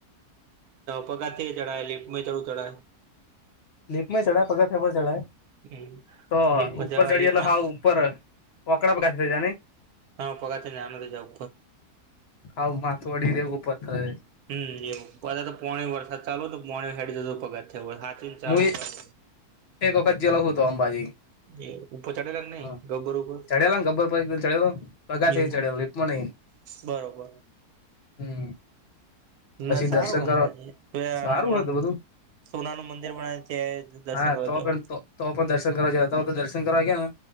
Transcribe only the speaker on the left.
લીપમાં ચડાય પગારેપર ચડાય,
તો
ઉપર
ચડી
એટલે હાવ. ઉપર વકડાપ ગાસ છે ને.
હા માથવાડી રેવો પ થય.
હું
એક વખત જેલો હત તો અંબાજી.
હા
ચડેલો ને ગબ્બર પર એકદમ ચડેલો પગાથે
ચડેલો લીપમાં નહી
હમ પછી
દર્શન કરવા
સારું હતું બધું
હા
તો
પણ તો પણ દર્શન કરવા જો તો તો દર્શન કરવા ગયા ને.